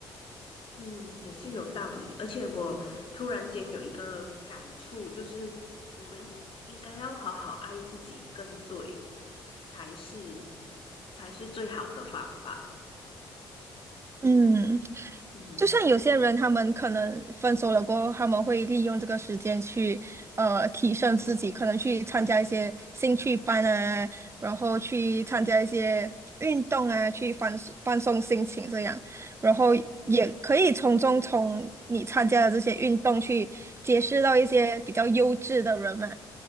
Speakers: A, on the left; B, on the right.
A: 嗯，也是有道理。而且我突然间有一个感触，就是我们应该要好好爱自己，更对，才是才是最好的方法。
B: 嗯。
A: 嗯
B: 就像有些人，他们可能分手了过后，他们会利用这个时间去呃提升自己，可能去参加一些兴趣班啊，然后去参加一些运动啊，去放松放松心情这样，然后也可以从中从你参加的这些运动去结识到一些比较优质的人嘛，